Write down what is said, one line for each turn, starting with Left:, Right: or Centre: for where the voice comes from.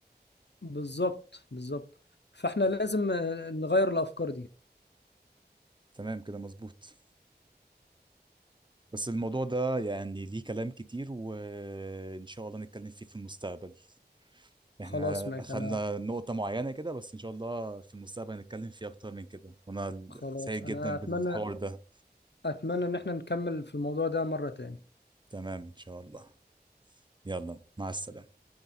Left: بالظبط بالظبط فاحنا لازم آه، نغير الافكار دي
Right: تمام كده مظبوط بس الموضوع ده يعني ليه كلام كتير وإن شاء الله نتكلم فيه في المستقبل احنا
Left: خلاص ماشي
Right: أخدنا
Left: انا
Right: نقطة معينة كده بس إن شاء الله في المستقبل نتكلم فيه أكتر من كده وأنا
Left: خلاص
Right: سعيد
Left: انا
Right: جدا
Left: اتمنى
Right: بالحوار ده
Left: اتمنى ان احنا نكمل في الموضوع ده مرة تاني
Right: تمام إن شاء الله يلا مع السلامة